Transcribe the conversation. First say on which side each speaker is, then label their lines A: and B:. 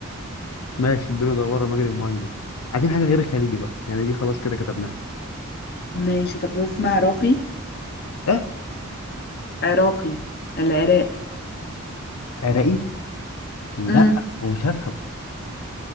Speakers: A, on the left (about 80°); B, on the left (about 45°).
A: ماشي الدنيا دوار مجدي مهندس عايزين حاجه غير الخليجي بقى يعني دي خلاص كده كتبناها
B: ماشي طب تسمع عراقي
A: ايه
B: عراقي العراق
A: عراقي لا
B: امم
A: هو مش هفهم